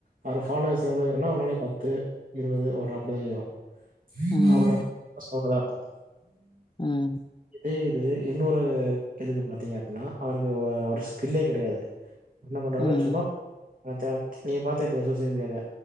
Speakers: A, on the right; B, on the left.
A: அவரு ஃபாலோவர்ஸ் எவ்ளோ ஏருன்னா ஒரு நாளைக் பத்து இருவது ஒரு அப்டியே ஏறு <unintelligible>
B: ம்
A: சொல்றதா அர்த்தோ
B: ம்
A: தே இது இன்னொரு இதுக்கு பாத்தீங்க அப்பினா அவருக்கு அவர் ஸ்கில்லே கெடையாது என்ன பண்ணுவாரு
B: ம்
A: சும்மா ஆனா தே நீங்க பாத்துருக்கீங்க சோசியல் மீடியால